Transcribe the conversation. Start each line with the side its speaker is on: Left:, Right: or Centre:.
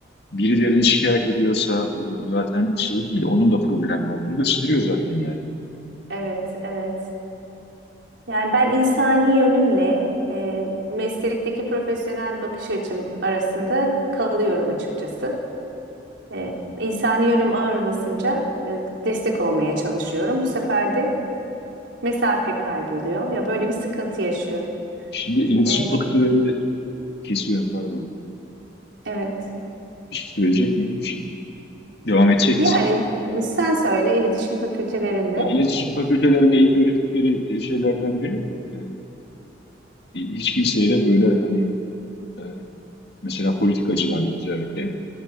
Left: birilerini şikayet ediyorsa bu zaten şey değil, onun da problemli olduğunu gösteriyor zaten yani.
Right: Evet, evet. Yani ben insani yönümle e, meslekteki profesyonel bakış açım arasında kalıyorum açıkçası. E, insani yönüm ağır basınca e, destek olmaya çalışıyorum. Bu sefer de mesafe kayboluyor. Ya böyle bir sıkıntı yaşıyorum.
Left: Şimdi iletişim
Right: E, ge-
Left: fakültelerinde kesiyorum pardon.
Right: evet.
Left: Bir şey söyleyecek miydim? Bir şey. Devam edecek
Right: Yani
Left: misin?
Right: sen söyle iletişim fakültelerinde.
Left: Ya iletişim fakültelerinde ilk öğrettikleri e, şeylerden biri e, hiç kimseyle böyle hani e, Mesela politikacılarla özellikle